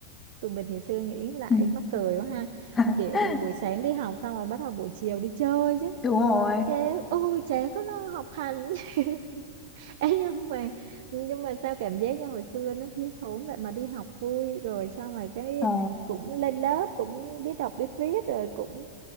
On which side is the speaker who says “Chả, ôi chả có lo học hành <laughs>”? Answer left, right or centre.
Right